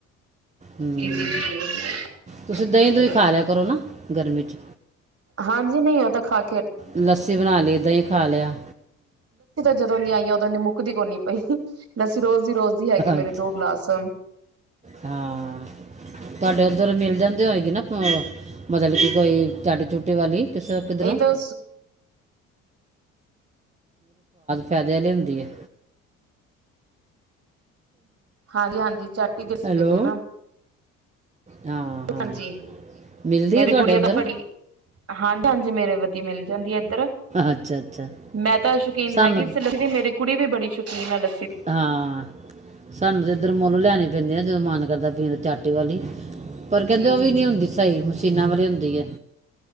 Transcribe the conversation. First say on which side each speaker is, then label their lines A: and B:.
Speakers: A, on the right; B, on the right.
A: ਹੂੰ
B: ਜੀ ਜੀ ਜੀ।
A: ਤੁਸੀਂ ਦਹੀਂ ਦੁਹੀਂ ਖਾ ਲਿਆ ਕਰੋ ਨਾ ਗਰਮੀ 'ਚ।
B: ਹਾਂਜੀ, ਨਹੀਂ ਔ ਤਾਂ ਖਾ ਕ
A: ਲੱਸੀ ਬਣਾ ਲੀ ਦਈ ਖਾ ਲਿਆ।
B: ਜਦੋਂਵੀ ਆਈ ਆਂ ਓਦੋਂ ਦੀ ਮੁੱਕਦੀ ਕੋਨੀ ਪਈ। ਲੱਸੀ ਰੋਜ਼ ਦੀ ਰੋਜ਼ਦੀ ਹੈਗੇ ਮੇਰੇ
A: ਅੱਛਾ
B: ਦੋ ਗਲਾਸ
A: ਹਾਂ ਤੁਹਾਡੇ ਉੱਧਰ ਮਿਲ ਜਾਂਦੇ ਹੋਏਗੀ ਨਾ ਮਤਲਬ ਕਿ ਕੋਈ ਝਾੜੂ ਝੂਟੇ ਵਾਲੀ ਕਿਸ ਕਿੱਧਰੋਂ
B: ਤਾਂ
A: ਫਾਇਦੇ ਵਾਲੀ ਹੁੰਦੀ ਹੈ।
B: ਹਾਂਜੀ- ਹਾਂਜੀ, ਚਾਟੀ ਤੇ ਅਸੀਂ
A: ਹੈਲੋ
B: ਪੀਂਦੇ ਹ ਨਾ
A: ਹਾਂ ਹਾਂ
B: ਹਾਂਜੀ
A: ਮਿਲਦੀ
B: ਮੇਰੀ
A: ਹੈ ਤੁਹਾਡੇ
B: ਗੁਡੀਆਂ
A: ਉਧਰ
B: ਤਾਂ ਬੜੀ ਹਾਂਜੀ-ਹਾਂਜੀ ਮੇਰੇ ਵਧੀ ਮਿਲ ਜਾਂਦੀ ਹੈ।
A: ਅੱਛਾ ਅੱਛਾ
B: ਮੈਂ ਤਾਂ ਸ਼ੌਕੀਨ
A: ਸਾਨੂੰ
B: ਹੈਗੀ ਸੀ ਲਿਖਦੀ ਮੇਰੀ ਕੁੜੀ ਵੀ ਬੜੀ ਸ਼ੌਕੀਨ ਆ ਲੈ।
A: ਹਾਂ। ਤੁਹਾਨੂੰ ਤਾਂ ਇੱਧਰ ਮੁੱਲ ਲਿਆਣੇ ਪੈਂਦੇ ਆ ਜਦੋਂ ਮਨ ਕਰਦਾ ਪੀਂਦਾ ਚੱਟ ਦੀਵਾਲੀ ਪਰ ਕਹਿੰਦੇ
B: ਜੀ
A: ਉਹ
B: ਜੀ
A: ਵੀ ਨੀ
B: ਜੀ
A: ਹੁੰਦੀ ਸਹੀ। ਸੀਣਾਂ ਵਾਲੀ ਹੁੰਦੀ ਹੈ।